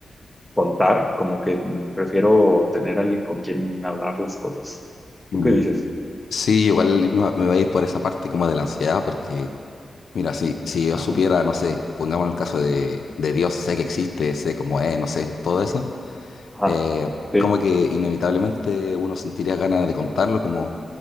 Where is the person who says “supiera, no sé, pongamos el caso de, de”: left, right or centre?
Left